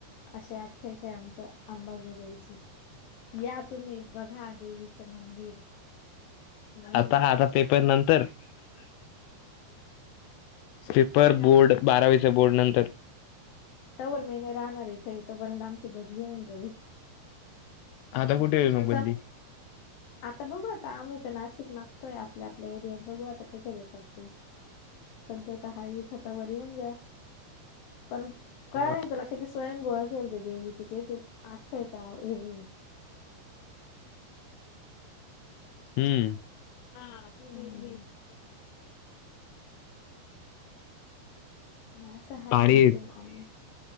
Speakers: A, on the left; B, on the left.
A: अशी आख्यायिका आहे आमच्या आंबाजोगाईची या तुम्ही बघा देवीचं मंदिर
B: आता ह आता पेपर
A: कसा
B: नंतर
A: झाला पेपर नंतर
B: स्लीपर बोर्ड बारावीच्या बोर्ड नंतर
A: तवर महिने राहणार इथे तोपर्यंत आमची बदली होऊन जाईल
B: आता कुठे म
A: तसं
B: बदली
A: आता बघू आता आम्ही तर नाशिक मागतोय आपल्या आपल्या एरियात बघू आता कुठे देतात ते सध्या तर हा इथंता व येऊन जा पण कळलं
B: हा.
A: नाही तुला किती स स्वयंभू असेल ते देवीचे क ते आख्यायिका हे ए
B: हम्म <unintelligible>
A: हम्म असं हाय
B: भारी
A: आमचं
B: आहे.
A: आणि